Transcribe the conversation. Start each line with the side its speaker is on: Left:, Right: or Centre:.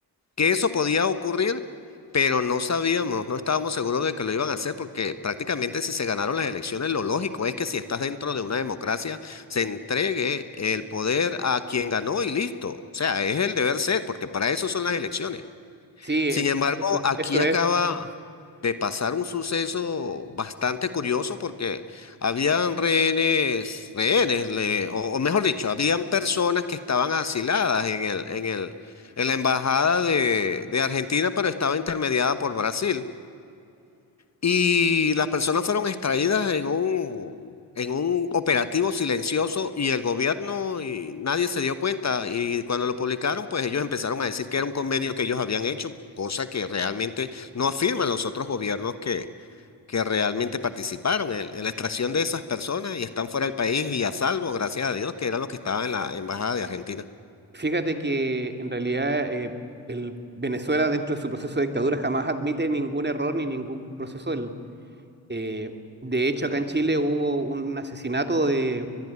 Left: que eso podía ocurrir, pero no sabíamos, no estábamos seguros de que lo iban a hacer, porque prácticamente si se ganaron las elecciones, lo lógico es que si estás dentro de una democracia, se entregue el poder a quien ganó y listo. O sea, es el deber ser, porque para eso son las elecciones.
Right: Sí,
Left: Sin
Right: eh,
Left: embargo,
Right: eso,
Left: aquí
Right: eso es.
Left: acaba de pasar un suceso bastante curioso porque habían rehenes, rehenes, le- o, o mejor dicho, habían personas que estaban asiladas en el, en el, en la embajada de, de Argentina, pero estaba intermediada por Brasil. Y las personas fueron extraídas en un, en un operativo silencioso y el gobierno y nadie se dio cuenta. Y cuando lo publicaron, pues ellos empezaron a decir que era un convenio que ellos habían hecho, cosa que realmente no afirman los otros gobiernos que, que realmente participaron en, en la extracción de esas personas y están fuera del país y a salvo, gracias a Dios, que eran los que estaban en la embajada de Argentina.
Right: Fíjate que en realidad eh, el Venezuela dentro de su proceso de dictadura jamás admite ningún error ni ningún proceso Eh, de hecho, acá en Chile hubo un asesinato de,